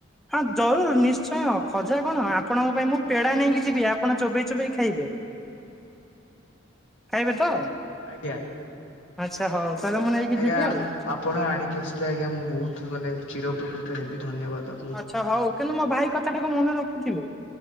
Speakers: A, in the centre; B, on the left.
A: ହଁ ଜରୁର୍ ନିଶ୍ଚୟ ଖଜା କଣ ଆପଣଙ୍କ ପାଇଁ ମୁଁ ପେଡା ନେଇକି ଯିବି ଆପଣ ଚୋବେଇ ଚୋବେଇ ଖାଇବେ।
B: ହ
A: ଖାଇବେ ତ।
B: ଆଜ୍ଞା।
A: ଆଚ୍ଛା ହଉ ତାହେଲେ ମୁଁ ନେଇକି
B: ଆଜ୍ଞା
A: ଯିବି ଆଉ।
B: ଆପଣ ଆଣିକି ଆସିଲେ ଆଜ୍ଞା ମୁଁ ବୋହୁତ ମାନେ ଚିରଉପକୃତ ହେବି ଧନ୍ୟବାଦ ଆପ୍
A: ଆଚ୍ଛା ହଉ କିନ୍ତୁ ମୋ ଭାଇ କଥାଟାକୁ ମନେ ରଖିଥିବେ।